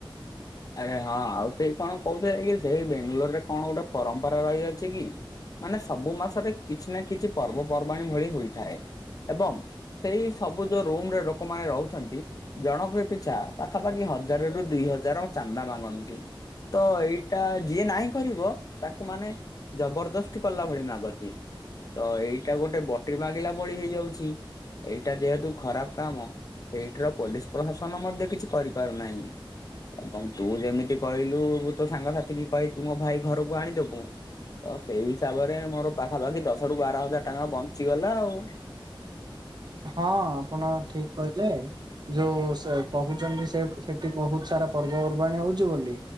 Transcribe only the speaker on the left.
ଆରେ ହଁ ଆଉ ସେଇ କଣ କହୁଥିଲେ କି ସେଇ ବେଙ୍ଗାଲୋର ରେ କଣ ଗୋଟେ ପରମ୍ପରା ରହିଅଛି କି? ମାନେ ସବୁ ମାସରେ କିଛି ନା କିଛି ପର୍ବପର୍ବାଣିୀ ଭଳି ହୋଇଥାଏ। ଏବଂ ସେଇ ସବୁ ଯେଉ ରୁମରେ ଲୋକମାନେ ରହୁଛନ୍ତି ଜଣକ ପିଛା ପାଖାପାଖି ହଜାରରୁୁ ଦୁଇ ହଜାର ଚାନ୍ଦା ମାଗନ୍ତି। ତ ଏଇଟା ଯିଏ ନାହିଁ କରିବ ତାକୁ ମାନେ ଜବରଦସ୍ତି କଲା ଭଳି ମାଗନ୍ତି। ତ ଏଇଟା ଗୋଟେ ବଟି ମାଗିଲା ଭଳି ହେଇଯାଉଛି। ଏଇଟା ଯେହେତୁ ଖରାପ କାମ ସେଇଠିର ପୋଲିସ ପ୍ରଶାସନ ମଧ୍ୟ କିଛି କରିପାରୁନାହିଁ। ଏବଂ ତୁ ଯେମିତି କହିଲୁ ତୋ ସାଙ୍ଗସାଥି କି କହିକି ମୋ ଭାଇ ଘରକୁ ଆଣିଦବୁ। ତ ସେଇ ହିସାବରେ ମୋର ପାଖାପାଖି ଦଶ ରୁ ବାର ହଜାର ଟଙ୍କା ବଞ୍ଚିଗଲା ଆଉ।